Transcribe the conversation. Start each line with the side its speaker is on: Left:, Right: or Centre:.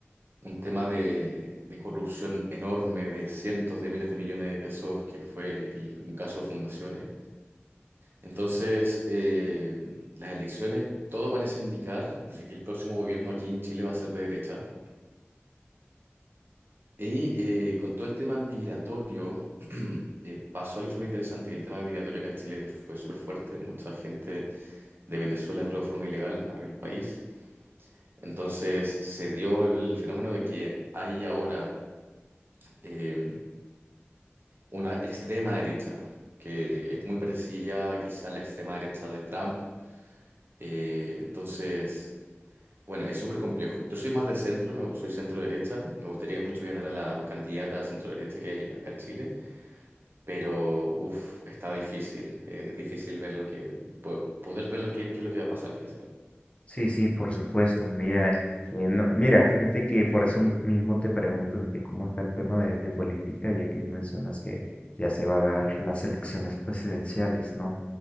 Right: un tema de, de corrupción enorme de cientos de miles de millones de pesos, que fue el- un caso de fundaciones. Entonces, eh, las elecciones, todo parece indicar de que el próximo gobierno aquí en Chile va a ser de derecha. Y eh, con todo el tema migratorio, <clears throat> eh, pasó algo súper interesante. El tema migratorio acá en Chile fue súper fuerte. Mucha gente de Venezuela entró de forma ilegal al país. Entonces se dio el fenómeno de que hay ahora eh, una extrema derecha, que es muy parecida quizá a la extrema derecha de Trump. Eh, entonces, bueno, es súper complejo. Yo soy más de centro, me- soy centro derecha. Me gustaría mucho ganar a la candidata centro derecha que hay acá en Chile. Pero, uff, está difícil. Eh, Es difícil ver lo que, po- poder ver lo que, qué es lo que va a pasar, quizás.
Left: Sí, sí, por supuesto. Mira, eh, no- mira, fíjate que por eso mismo te pregunto de que cómo está el tema de, de política, ya que me mencionas que ya se va a dar las elecciones presidenciales, ¿no?